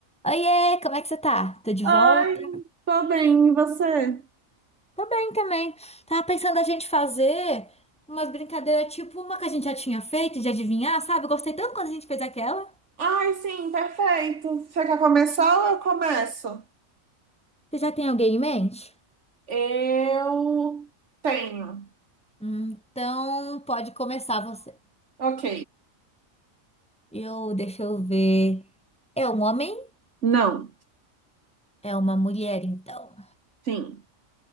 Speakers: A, in the centre; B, on the right.
A: Oiê, como é que você tá? Tô de
B: Ai,
A: volta?
B: tô bem, e você?
A: Tô bem também. Tava pensando a gente fazer umas brincadeiras tipo uma que a gente já tinha feito de adivinhar, sabe? Eu gostei tanto quando a gente fez aquela.
B: Ai, sim, perfeito. Você quer começar ou eu começo?
A: Você já tem alguém em mente?
B: Eu tenho.
A: Hum, Então, pode começar você.
B: Ok.
A: Eu, deixa eu ver. É um homem?
B: Não,
A: É uma mulher, então.
B: sim,